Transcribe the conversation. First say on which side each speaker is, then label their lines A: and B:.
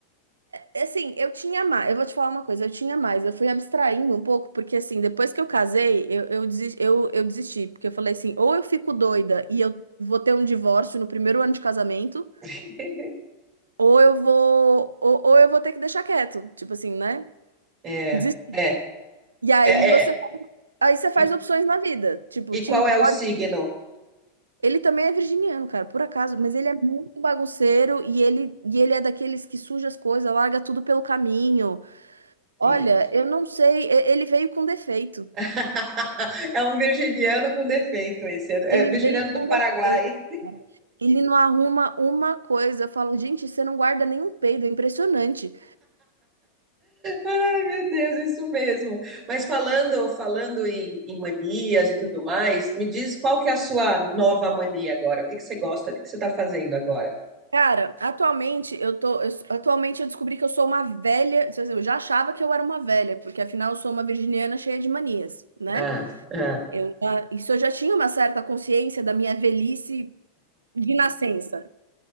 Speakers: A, on the right (about 75°); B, on the right (about 30°).
A: Assim, eu tinha mais. Eu vou te falar uma coisa, eu tinha mais. Eu fui abstraindo um pouco, porque assim, depois que eu casei, eu, eu, desi- eu, eu desisti. Porque eu falei assim, ou eu fico doida e eu vou ter um divórcio no primeiro ano de casamento,
B: <laughs>
A: ou eu vou, ou, ou eu vou ter que deixar quieto. Tipo assim, né?
B: É,
A: Desistir.
B: é,
A: E aí
B: é,
A: você,
B: é.
A: aí você faz
B: E,
A: opções na vida. Tipo,
B: e
A: Tim,
B: qual é
A: pode.
B: o signo?
A: Ele também é virginiano, cara, por acaso, mas ele é muito bagunceiro e ele, e ele é daqueles que suja as coisas, larga tudo pelo caminho. Olha,
B: Deus.
A: eu não sei, e- ele veio com defeito.
B: <laughs> É um virginiano com defeito esse. É
A: Ele
B: é virginiano
A: veio
B: do
A: com
B: Paraguai.
A: defeito, cara. Ele não arruma uma coisa. Eu falo, gente, você não guarda nenhum peido, é impressionante.
B: Ai, meu Deus, isso mesmo. Mas falando, falando em, em manias e tudo mais, me diz qual que é a sua nova mania agora? O que que você gosta? O que que você está fazendo agora?
A: Cara, atualmente eu tô, eu- atualmente eu descobri que eu sou uma velha, quer dizer, eu já achava que eu era uma velha, porque afinal eu sou uma virginiana cheia de manias, né?
B: Ah, ah.
A: Eu, já- isso eu já tinha uma certa consciência da minha velhice de nascença.